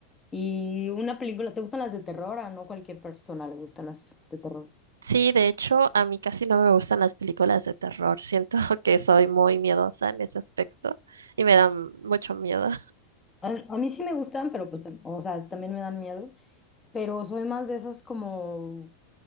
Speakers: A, on the left; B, on the right.
A: y una película, ¿te gustan las de terror? A no cualquier persona le gustan las de terror.
B: Sí, de hecho, a mí casi no me gustan las películas de terror. Siento <laughs> que soy muy miedosa en ese aspecto y me dan mucho miedo.
A: A, a mí sí me gustan, pero pues, tam- o sea, también me dan miedo, pero soy más de esas como